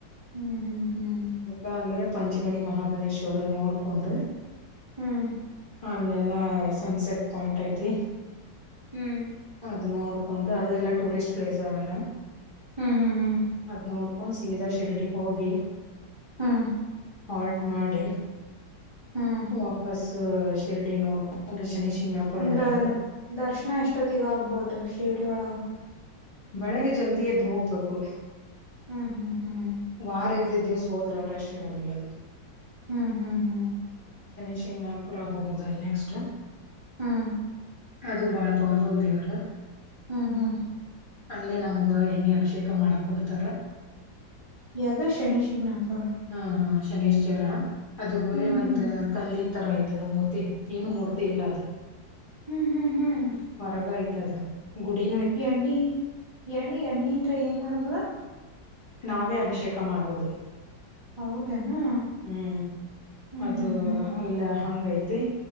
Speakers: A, on the right; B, on the left.
A: ಹ್ಮ್ ಹ್ಮ್ ಹ್ಮ್
B: ಕಾಲೇ ಪಂಚ್ಗಣಿ ಮಹಾಬಲೇಶ್ವರ ನೋಡ್ಕೊಂಡು
A: ಹ್ಮ್
B: ಅಲ್ಲೆಲ್ಲಾ ಸನ್ಸೆಟ್ ಪಾಯಿಂಟ್ ಐತಿ.
A: ಹ್ಮ್
B: ಅದ ನೋಡ್ಕೊಂಡು ಅದು ಎಲ್ಲಾ ಟೂರಿಸ್ಟ್ ಪ್ಲೇಸ್ ಅವೆಲ್ಲ
A: ಹ್ಮ್ ಹ್ಮ್ ಹ್ಮ್
B: ಅದ್ ನೋಡ್ ಸೀದಾ ಶಿರಡಿ ಹೋಗಿ
A: ಹಾ
B: ಹಾಲ್ಟ್ ಮಾಡಿ
A: ಹ್ಮ್
B: ವಾಪಸ್ ಶಿರ್ಡಿ ನೋಡ್ಕ ಒಂದು ಶನಿ ಶಿಂಗಣಾಪುರ
A: ಅಂದ್ರ
B: ನೋಡುದು
A: ದರ್ಶನ ಎಷ್ಟೊತ್ತಿಗೆ ಆಗ್ಬಹುದು ಶಿರ್ಡಿ ಒಳಗೆ
B: ಬೆಳಗ್ ಜಲ್ದಿ ಎದ್ದು ಹೋಗ್ಬೇಕು
A: ಹ್ಮ್ ಹ್ಮ್ ಹ್ಮ್
B: ವಾರಲ್ದ ದಿವ್ಸ ಹೋದ್ರೆ ಅವರಾಶ ಇರೋದಿಲ್ಲ ಅದು
A: ಹ್ಮ್ ಹ್ಮ್ ಹ್ಮ್
B: ನ ಶನಿ ಶಂಗ್ ನಾಗಪುರ ಹೋಗೋದ ಅಲ್ ನೆಕ್ಸ್ಟ್
A: ಹಾ
B: ಅದು ಬಾಳ ಪವರ್ಫುಲ್ ದೇವರು
A: ಹ್ಮ್ ಹ್ಮ್
B: ಅಲ್ಲೇ ನಮ್ಗ ಎಣ್ಣೆ ಅಭಿಷೇಕ ಮಾಡಕ್ ಕೊಡ್ತಾರೆ
A: ಯದೋ ಶನಿ ಶಿಕನ ಪರ
B: ಹ್ಮ್ ಹ್ಮ ಶನೇಶ್ವರ ಅದು ಬರಿ
A: ಹ್ಮ್
B: ಒಂತ
A: ಹ್ಮ್
B: ಕಲ್ಲಿನ್ ತರ ಐ ಇತದ ಮೂರ್ತಿ ಏನು ಮೂರ್ತಿ ಇಲ್ಲ ಅದು
A: ಹ್ಮ್ ಹ್ಮ್ ಹ್ಮ್
B: ಹೊರಗ ಯತ ಅದ ಗುಡಿ
A: ಎಣ್ಣಿ ಎಣ್ಣೆ ಎಣ್ಣಿ ಅಂತ ಏನ್ ಮಾಡ್ಬೋದಾ
B: ನಾವೇ ಅಭಿಷೇಕ ಮಾಡುವುದು
A: ಹೌದೇನಾ
B: ಹ್ಮ್
A: ಹ್ಮ್
B: ಅದು
A: ಹ್ಮ್ ಹ್ಮ್
B: ಅಲ್ಲ ಹಂಗೈತಿ